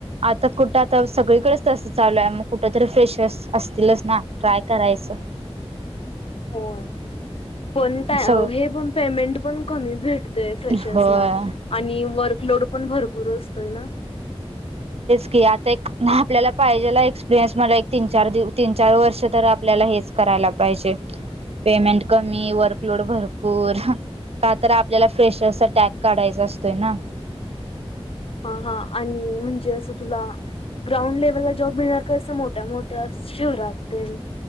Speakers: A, on the right (about 70°); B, on the left (about 60°).
A: आता कुठं आता सगळीकडेच तसं चालू आहे मग कुठ तरी फ्रेश असतीलच ना. ट्राय करायचं.
B: होय. पण
A: सगळ
B: हे पण पेमेंट पण कमी भेटतेय फ्रेशरस
A: होय
B: ना आणि वर् लोड पण भरपूर असतोय ना.
A: कि आता एक आपल्याला पाहिजेला एक्सपिरियन्स मला एक तीन चारव तीन चार वर्ष तर आपल्याला हेच करा. पाहिजे पेमेंट कमी वर्कलोड भरपूर. का तर आपल्याला फ्रेशरचा टॅग काढायचा असतोय ना.
B: हा हा आणि म्हणजे असं तुला ग्राउंड लेव्हलला जॉब मिळणार का अस मोठ्या मोठ्या शहरात तेन